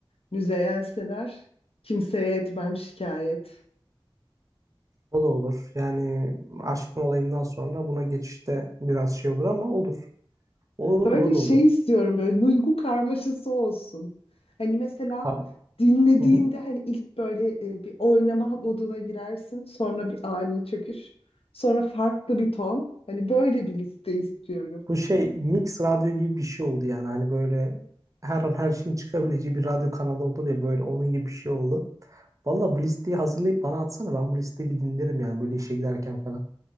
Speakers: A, on the left; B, on the right.
A: Müzeyyen Senar kimseye etmem şikayet.
B: O da olur. Yani aşkın olayımdan sonra buna geçişte biraz şey olur ama olur. Olur olur
A: Böyle
B: o da
A: şey
B: olur.
A: istiyorum böyle duygu karmaşası olsun. Hani mesela
B: Ha-
A: dinlediğinde
B: Hı hı.
A: hani ilk böyle e, bir oynama moduna girersin. Sonra bir ani çöküş. Sonra farklı bir ton. Hani böyle bir liste istiyorum.
B: Bu şey mix radyo gibi bir şey oldu yani. Hani böyle her an her şeyin çıkabileceği bir radyo kanalı olur ya böyle onun gibi bir şey oldu. Valla bu listeyi hazırlayıp bana atsana. Ben bu listeyi bir dinlerim yani böyle işe giderken falan.